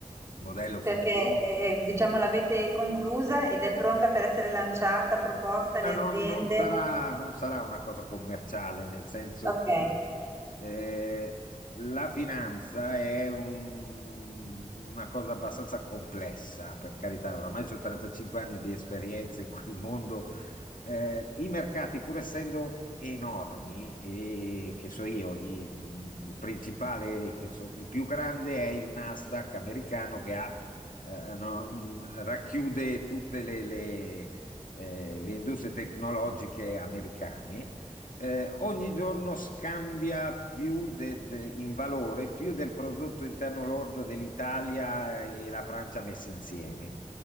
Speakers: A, on the left (about 80°); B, on the right (about 20°).
A: il modello funziona.
B: Perché, eh, diciamo, l'avete conclusa ed è pronta per essere lanciata, proposta
A: Sì, ma
B: alle
A: non,
B: aziende?
A: non sarà, non sarà una cosa commerciale, nel senso
B: Ok,
A: che eh, la finanza è un- una cosa abbastanza complessa, per carità, oramai ho 35 anni di esperienza in quel mondo. Eh, i mercati, pur essendo enormi, e che so io, i- il principale, che so- il più grande è il Nasdaq americano che ha eh, no, mh, racchiude tutte le, le- eh, le industrie tecnologiche americane, eh, ogni giorno scambia più de- de- in valore più del prodotto interno lordo dell'Italia e la Francia messi insieme.